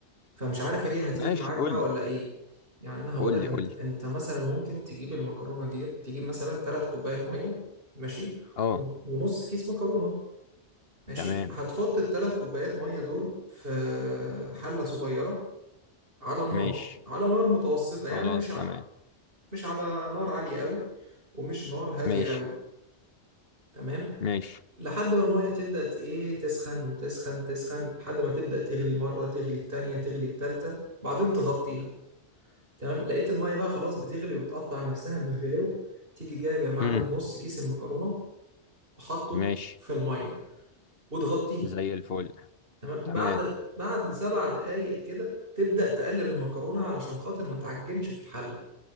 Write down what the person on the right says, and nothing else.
فمش عارف هي هتيجي
معاك
بقى ولا
ايه يعني انا هقول
لك
انت
انت مثلا ممكن تجيب المكرونه ديت تجيب مثلا ثلاث كوبايات ميه ماشي
و- ونص كيس مكرونه ماشي
هتحط الثلاث كوبايات ميه دول في حله صغيره على النار
على نار متوسطه
يعني مش ع...
مش على نار عاليه قوي ومش نار هاديه
قوي تمام
لحد ما الميه تبدا ت- ايه تسخن وتسخن تسخن لحد ما تبدا تغلي مره تغلي التانيه تغلي التالته بعدين تغطيها تمام لقيت المية بقى خلاص بتغلي وبتقطع نفسها من الغلو تيجي جايب يا معلم
نص كيس المكرونة وحطه
في المية وتغطيه
تمام
بعد بعد سبع دقايق كده تبدأ تقلب المكرونة علشان خاطر ما تعجنش في الحلة